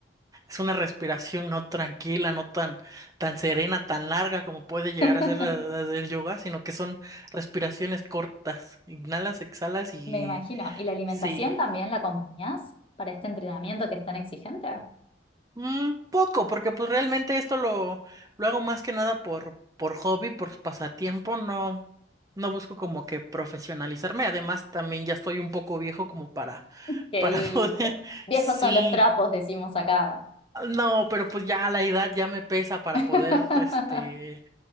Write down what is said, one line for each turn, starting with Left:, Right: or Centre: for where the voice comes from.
Right: es una respiración no tranquila, no tan, tan serena, tan larga como puede llegar
Left: <laughs>
Right: a ser la, la del yoga, sino que son respiraciones cortas. Inhalas, exhalas y
Left: me imagino. ¿Y la alimentación
Right: sí,
Left: también la acompañás para este entrenamiento que es tan exigente?
Right: un poco, porque pues realmente esto lo, lo hago más que nada por, por hobby, por pasatiempo, no, no busco como que profesionalizarme. Además, también ya estoy un poco viejo como para
Left: ¿Qué
Right: Para poder,
Left: dice?
Right: <laughs>
Left: Viejos
Right: sí.
Left: son los trapos, decimos acá.
Right: No, pero pues ya la edad ya me pesa para
Left: <laughs>
Right: poder, este,